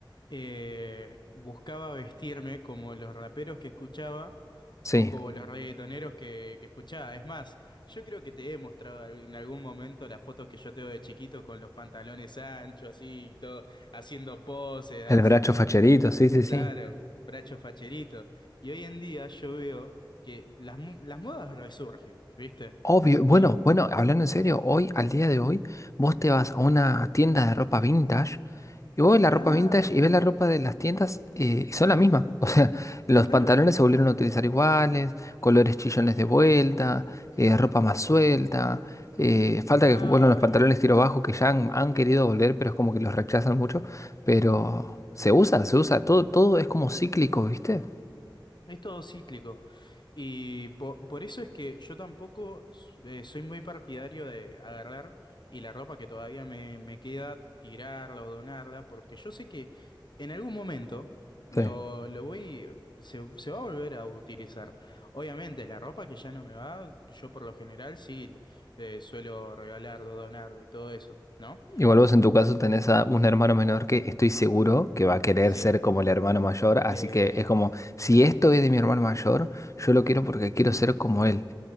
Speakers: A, on the left; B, on the left.
A: eh, buscaba vestirme como los raperos que escuchaba
B: Sí,
A: o como los reggaetoneros que, que escuchaba. Es más, yo creo que te he mostrado al- en algún momento las fotos que yo tengo de chiquito con los pantalones anchos, así, y todo, haciendo poses, así,
B: el bracho
A: eh,
B: facherito, sí, sí, sí.
A: claro, bracho facherito. Y hoy en día yo veo que las, mo- las modas resurgen, ¿viste?
B: Obvio, bueno,
A: Y.
B: bueno, hablando
A: y
B: en serio, hoy, al día de hoy, vos te vas a una tienda de ropa vintage Y vos ves la
A: Claro,
B: ropa vintage y ves la ropa de las tiendas eh, y son la misma. <laughs> O sea, los
A: claro,
B: pantalones se volvieron a utilizar iguales, colores chillones de vuelta, eh, ropa más suelta. eh, falta
A: claro.
B: que vuelvan los pantalones tiro bajo que ya han, han querido volver, pero es como que los rechazan mucho. Pero se usa, se usa. Todo, todo es como cíclico, ¿viste?
A: Es todo cíclico. Y po- por eso es que yo tampoco eh, soy muy partidario de agarrar y la ropa que todavía me, me queda, tirarla o donarla, porque yo sé que en algún momento lo,
B: Sí.
A: lo voy, se, se va a volver a utilizar. Obviamente, la ropa que ya no me va, yo por lo general sí eh, suelo regalarlo, donarlo y todo eso, ¿no?
B: Igual vos en tu caso tenés a un hermano menor que estoy seguro que va a querer
A: Sí,
B: ser como el hermano mayor, así
A: le...
B: que es como, si esto es de mi hermano mayor, yo lo quiero porque quiero ser como él.